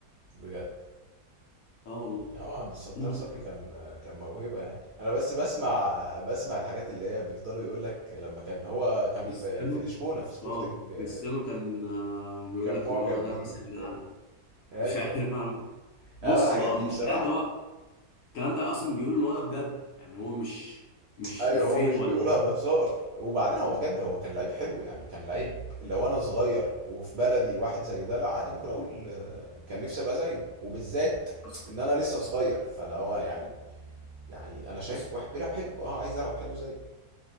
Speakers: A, on the right (about 65°); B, on the left (about 70°).
A: بجد
B: اه والله
A: اه عبد الستار
B: ممتع
A: صبري كان كان موهبه يعني انا بس بسمع بسمع الحاجات اللي هي بيفضلوا يقول لك لما كان هو كان
B: كريستيانو
A: في في لشبونه في سبورتنج
B: اه
A: آه،
B: كريستيانو كان آه، بيقول
A: كان
B: لك
A: معجب
B: ان هو ده
A: بيه
B: مثل
A: وبتاع
B: الاعلى <laughs>
A: ايوه
B: مش عارف انا بص
A: انا الحاجات
B: هو
A: دي
B: المشكله
A: بصراحه
B: ان هو الكلام ده اصلا بيقول ان هو ده بجد يعني هو مش مش
A: ايوه
B: افيه
A: هو مش
B: ولا
A: بيقولها بهزار وبعدين هو بجد هو كان لعيب حلو يعني كان لعيب لو انا صغير وفي بلدي واحد زي ده لا عادي ممكن اقول آه، كان نفسي ابقى زيه وبالذات
B: حصل
A: ان انا لسه صغير فانا هو يعني يعني أنا شايف
B: حصل
A: واحد بيلعب حلو آه عايز ألعب حلو زيه